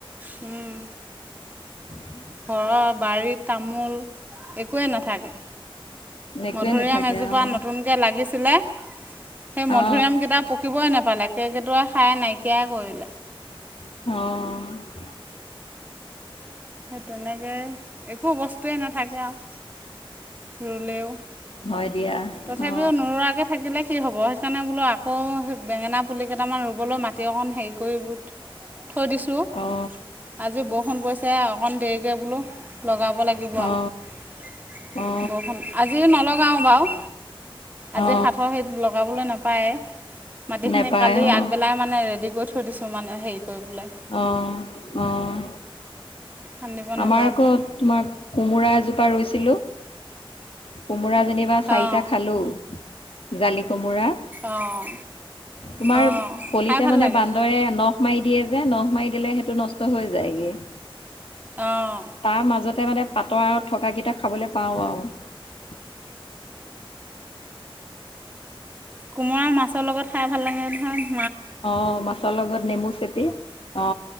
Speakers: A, on the right; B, on the left.
A: উম
B: উম
A: ঘৰৰ বাৰীত তামোল একোৱেই নাথাকে
B: নেকুৱে
A: মধুৰীয়াম
B: নাথাকে
A: এজোপা
B: অ
A: নতুনকে লাগিছিলে সেই মধুৰিআম
B: অ
A: কেইটা পকিবই নাপালে কেৰকেটুৱাই খাই নাইকিয়াই কৰিলে
B: অঁ
A: সেই তেনেকে একো বস্তুৱে নাথাকে আৰু ৰুলেও
B: হয় দিয়া
A: তথাপিও
B: অ
A: নুৰুৱাকে থাকিলে হ'ব সেইকাৰণে বোলো আকৌ বেঙেনা পুলি কেইটামান ৰুবলৈ মাটি অকণ হেৰি কৰি থৈ দিছো
B: অ
A: আজি বৰষুণ পৰিছে অকণ দেৰিকে বোলো লগাব লাগিব
B: অ
A: আৰু
B: অ
A: বৰষুণ আজি নলগাও চাওঁ বাওঁ আজি
B: অ
A: হাতৰ সেই লগাবলৈ নাপা পাৰে মাটিখিনি
B: নেপায়
A: কালি
B: অ
A: আগবেলাই মানে ৰেড কৰি থলো থৈ দিছো মানে হেৰি কৰি বলে
B: অঁ অঁ
A: খান্দিব নাপায়
B: আমাৰ আকৌ
A: যে
B: তোমাৰ কোমোৰা এজোপা ৰুইছিলো কোমোৰা যেনিবা চাৰিটা
A: অঁ
B: খালো জালি কোমোৰা
A: অঁ
B: তোমাৰ
A: অঁ
B: কলিতে
A: খাই ভাল
B: মানে
A: লাগে
B: বান্দৰে নখ নখ মাৰি দিয়ে যে নখ মাৰি দিলে সেইটো নষ্ট হৈ যায়গে
A: অঁ
B: তাৰ মাজত মানে পাতৰ আৰু থকাকেইটা খাবলৈ পাওঁ আৰু।
A: কোমোৰাৰ মাছৰ লগত খাই ভাল লাগে, ধৰা
B: অ', মাছৰ লগত নেমু চেপি অ',